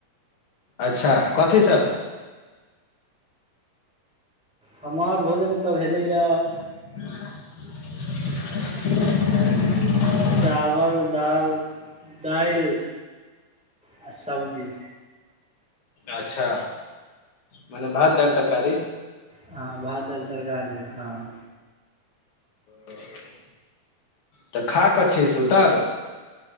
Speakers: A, on the left (about 65°); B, in the centre.
A: अच्छा कथी सब
B: हमार भोजन तऽ भेलैये
A: <unintelligible>
B: चावल दाल दाइल आ सब्जी
A: अच्छा माने भात दालि तरकारी
B: हँ भात दाल तरकारी खेलऊॅं
A: अचा <inaudible> तऽ खा कऽ छी सुतल